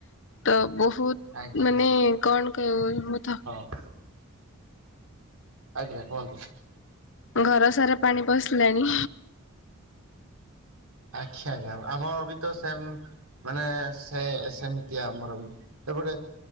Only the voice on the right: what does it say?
ଆଜ୍ଞା
ହ ଆଜ୍ଞା କୁହନ୍ତୁ।
ଆଚ୍ଛା, ଆଜ୍ଞା ଆମର ବି ତ ସେମ ମାନେ ସେ ସେମିତି ଆମର ବି, ଏପଟେ